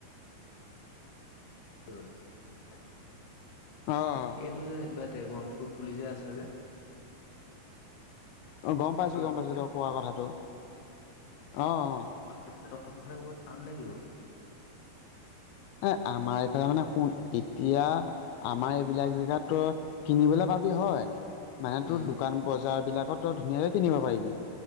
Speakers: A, on the left; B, on the left.
A: ৱন <inaudible>
B: অঁ।
A: এইটো যে কিবা ড্ৰেগন ফ্ৰুট বুলি যে আছে যে।
B: অঁ গম
A: ফল
B: পাইছোঁ, গম পাইছোঁ
A: যে
B: তই কোৱা কথাটো অঁ অ।
A: এইফালে তফালে ক'ৰবাত পাম নে কি ব <unintelligible>
B: এ' আমাৰ এইফালে মানে শুন এতিয়া আমাৰ এইবিলাক জেগাতো। কিনিবলৈ পাবি হয়, মানে
A: উম।
B: তোৰ দোকান বজাৰ বিলাকত তই ধুনীয়াকে কিনিব পাৰিবি।